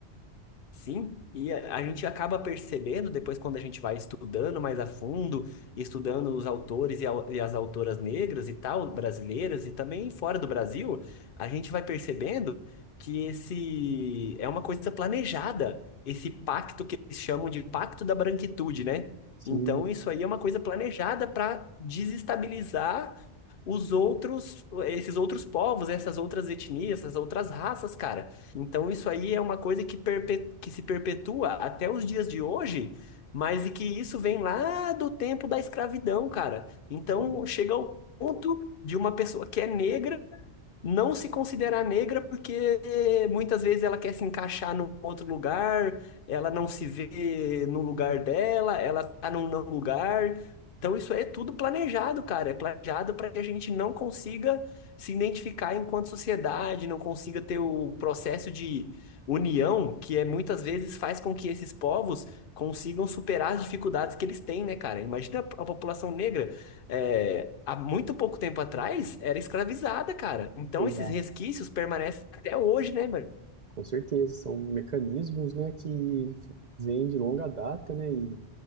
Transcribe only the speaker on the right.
Sim,
olha,
exato,
com certeza. São mecanismos, né, que vêm de longa data, né, e